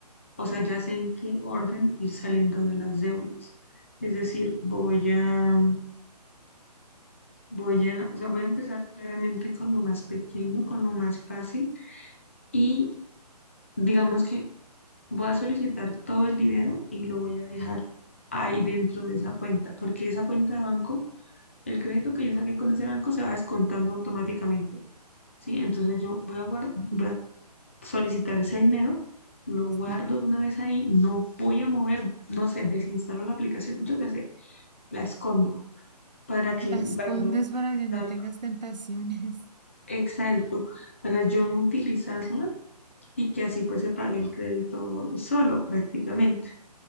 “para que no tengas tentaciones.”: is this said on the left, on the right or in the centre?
Right